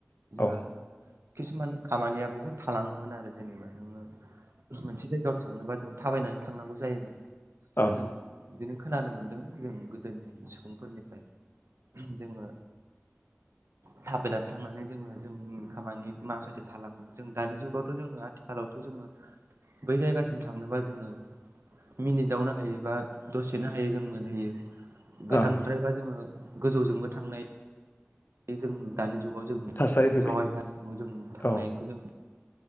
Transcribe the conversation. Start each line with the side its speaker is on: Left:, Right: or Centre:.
Right: जोंहा
Left: औ
Right: खिसुमान खामानिया बुहुद थालाङोमोन आरो जेनेबा नोङो मोनसे जायगायाव थांनोबा जों थाबायनानै थांनांगौ जायोमोन
Left: औ ओं
Right: जों बिदिनो खोनानो मोनदों जों गोदोनि सुबुंफोरनिफ्राय जोङो थाबदाथ थांनानै जोङो जों खामानि माखासे थाालङो जों दानि जुगाव जोङो आथिखालावथ' जोङो बै जायगासिम थांनोबा जोङो मिनिटावनो हायोबा दसेनो हायो जों मोनहैयो गोजानद्रायबा
Left: ओं
Right: जोङो गोजौजोंबो थांनाय जों दानि जुगाव जों
Left: थासारि
Right: जों
Left: फैबाय
Right: हावाय जासिङाव जों थांनायखौ
Left: औ
Right: जों